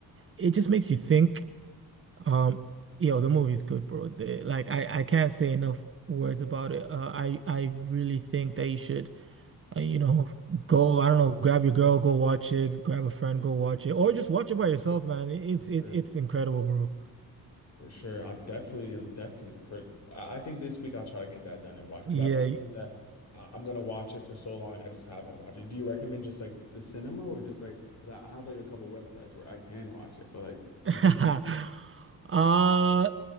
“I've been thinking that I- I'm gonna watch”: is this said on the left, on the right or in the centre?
Left